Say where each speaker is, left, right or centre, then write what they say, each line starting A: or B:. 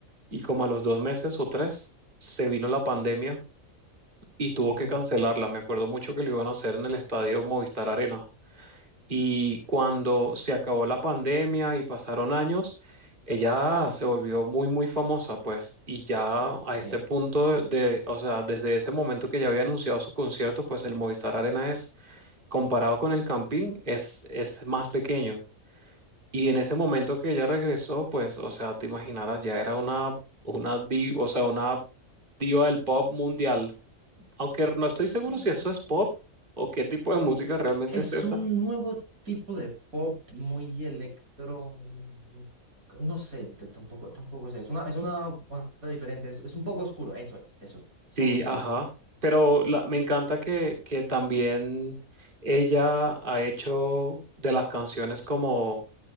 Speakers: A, on the right; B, on the right.
A: y como a los dos meses o tres se vino la pandemia y tuvo
B: mm,
A: que cancelarla. Me acuerdo mucho que lo iban a hacer en el estadio Movistar Arena. Y cuando se acabó la pandemia y pasaron años, ella se volvió muy, muy famosa, pues. Y ya
B: sí,
A: a este punto de, de- o sea, desde ese momento que ya había anunciado su concierto, pues el Movistar Arena es, comparado con el Campín, es, es más pequeño. Y en ese momento que ella regresó, pues, o sea, te imaginarás, ya era una, una, di- o sea, una diva del pop mundial. Aunque no estoy seguro
B: sí, no,
A: si eso
B: me encantaría.
A: es pop o qué tipo de música realmente
B: Es
A: es esa.
B: un nuevo tipo de pop muy electro, un- no sé, t- tampoco, tampoco sé. Es una, es una onda diferente, es, es un pop oscuro, eso es, eso es,
A: Sí,
B: es pop oscuro.
A: ajá. Pero la- me encanta que, que también ella ha hecho de las canciones como